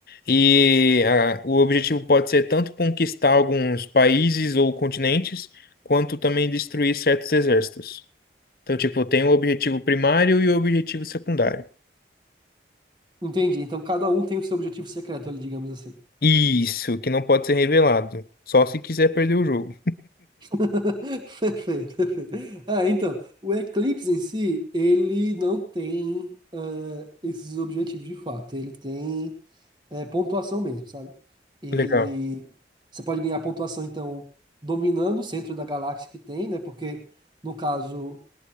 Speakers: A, on the left; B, on the right.
A: E a- o objetivo pode ser tanto conquistar alguns países ou continentes, quanto também destruir certos exércitos. Então, tipo, tem o objetivo primário e o objetivo secundário.
B: Entendi. Então cada um tem o seu objetivo secreto ali, digamos assim.
A: Isso, que não pode ser revelado, só se quiser perder o jogo.
B: <laughs> Perfeito, perfeito. Ah, então, o eclipse em si, ele não tem ah, esses objetivos de fato. Ele tem eh, pontuação mesmo, sabe? E
A: Legal.
B: você pode ganhar pontuação, então, dominando o centro da galáxia que tem, né? Porque, no caso,